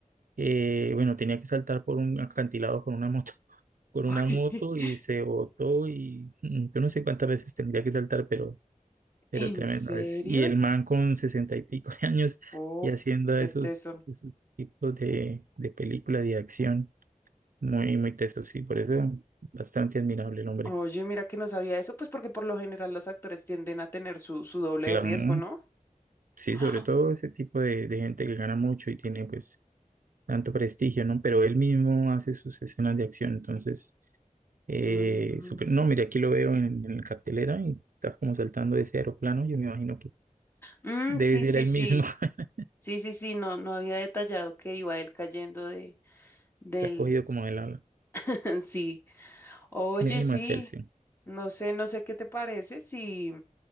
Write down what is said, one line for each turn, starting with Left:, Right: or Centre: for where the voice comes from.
Right: eh, bueno, tenía que saltar por un acantilado con una moto, <laughs> con
Left: <laughs>
Right: una moto y se botó y mm, yo no sé cuántas veces tendría que saltar, pero pero
Left: ¿En
Right: tremendo
Left: serio?
Right: es. Y el man con sesenta y pico de años
Left: Uf,
Right: y haciendo
Left: qué
Right: esos,
Left: teso.
Right: esos tipos de, de películas de acción muy, muy tesos, sí, por eso bastante admirable el hombre.
Left: Oye, mira que no sabía eso, pues porque por lo general los actores tienden a tener su, su doble
Right: Claro,
Left: de riesgo, ¿no? <gasps>
Right: sí,
Left: Ah,
Right: sobre todo ese tipo de, de gente que gana mucho y tiene pues tanto prestigio, ¿no? Pero él mismo hace sus escenas de acción, entonces, eh,
Left: mm,
Right: súper- no, mira, aquí lo veo en, en la cartelera y está como saltando de ese aeroplano, yo me imagino que
Left: mm,
Right: debe
Left: sí,
Right: ser
Left: sí,
Right: el
Left: sí,
Right: mismo, <laughs>
Left: sí, sí, sí, no, no había detallado que iba él cayendo de, del,
Right: está cogido como del ala.
Left: <laughs> sí. Oye,
Right: Mínimo
Left: sí,
Right: de Celsius.
Left: no sé, no sé qué te parece si...